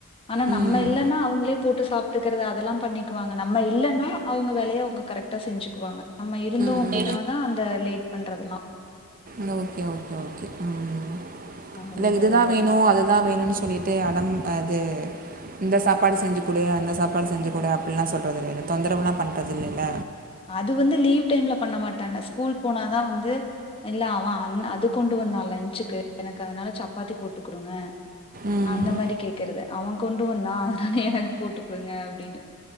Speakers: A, on the left; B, on the right.
A: ஆனா நம்ம
B: ம்
A: இல்லன்னா அவுங்ளே போட்டு சாப் ட்டுக்கறது அதெல்லா பண்ணிக்குவாங்க நம்ம இல்லன்னா அவுங்க வேலைய அவுங்க கரெக்டா செஞ்சுக்குவாங்க நம்ம இருந்தோ
B: ம்
A: அப்டின்னாதா அந்த லேட் பண்றதெல்லா
B: து ஓகே ஓகே ஓகே ம்
A: அந்த
B: இல்ல இதுதா
A: அதெல்லா
B: வேணு அதுதா வேணுன் சொல்லிட்டு அடம் அது இந்த சாப்பாடு செஞ்சு குடு அந்த சாப்பாடு செஞ்சு குடு அப்பில்லா சொல்றது இல்லை இல்ல தொந்தரவுலா பண்றதில்லை இல்ல
A: அது வந்து லீவ் டைம்ல பண்ண மாட்டாங்க ஸ்கூல் போனாதா வந்து இல்ல அவ அந் அது கொண்டு வந்தா லன்சுக்கு எனக்கு அதனால சப்பாத்தி போட்டு குடுங்க
B: ம்
A: அந்த மாரி கேக்கறது அவ கொண்டு வந்தா அதுனால எனக்கு போட்டு குடுங்க அப்டினு